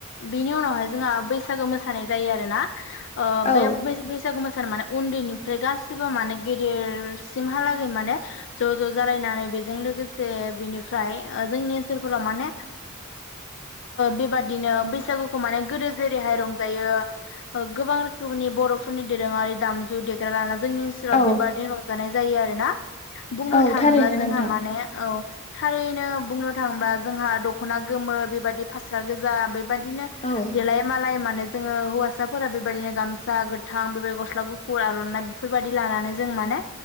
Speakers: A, on the left (about 60°); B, on the left (about 30°).
A: बिनि उनावहाय जोंहा बैसागो मोसानाय जायो आरोना। ओ
B: औ
A: बे बै बैसागु उन्दैनिफ्राय गासिबो माने गेदेरसिमहालागै माने ज' ज' जालायनानै बेजों लोगोसे बेनिफ्राय जोंनि ओनसोलफोराव माने बेबादिनो बैसागुखौ माने गोदो जेरैहाय रंजायो गोबां रोखोमनि बर'फोरनि दोरोङारि दामजु देग्रा लानानै जोंनि ओनसोलाव
B: औ
A: बेबादनि रंजानाय जायो आरोना बुंंनो
B: औ
A: थाङोब्ला
B: थारैनो
A: जोंहा
B: नोंथां
A: माने औ थारैनो बुंनो थाङोबा जोंहा दख'ना गोमो बेबायदि फास्रा गोजा बेबायाददिनो
B: औ
A: देलाय मालाय माने जोङो हौवासाफोरा बेबायदिनो गामसा गोथां बेबायदि गस्ला गुफुर आर'नाइ बेफोरबायदि लानानै जों माने